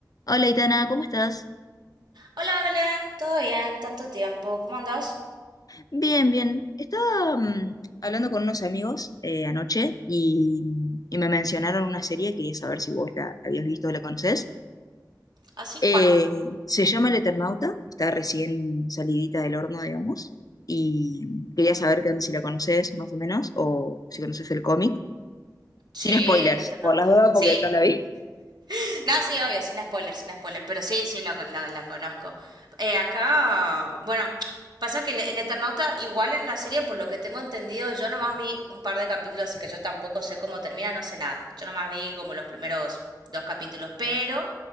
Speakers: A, on the left (about 55°); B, on the right (about 75°).
A: Hola, Itana, ¿cómo estás?
B: Hola Belén, ¿todo bien? Tanto tiempo, ¿cómo andás?
A: Bien, bien. Estaba mm, hablando con unos amigos eh, anoche y, y me mencionaron una serie, quería saber si vos la, la habías visto o la conocés.
B: Así
A: Eh,
B: cual.
A: se llama El Eternauta, está recién salidita del horno, digamos, y quería saber qué onda, si la conocés más o menos, o si conoces el cómic.
B: Sí,
A: Sin
B: el
A: spoilers,
B: Eternauta.
A: por las dudas,
B: Sí.
A: porque no la vi.
B: <laughs> No, sí, obvio, sin spoiler, sin spoiler. Pero sí, sí, la, la, la conozco. Eh, acá, bueno, pasa que el, el Eternauta, igual en la serie, por lo que tengo entendido, yo nomás vi un par de capítulos, así que yo tampoco sé cómo termina, no sé nada. Yo nomás vi como los primeros dos capítulos, pero